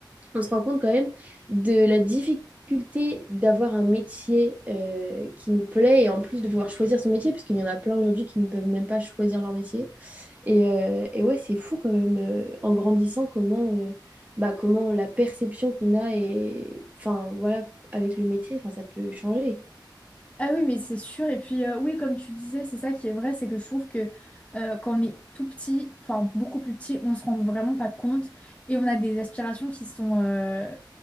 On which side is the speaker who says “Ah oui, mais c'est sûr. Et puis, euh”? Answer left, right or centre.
Left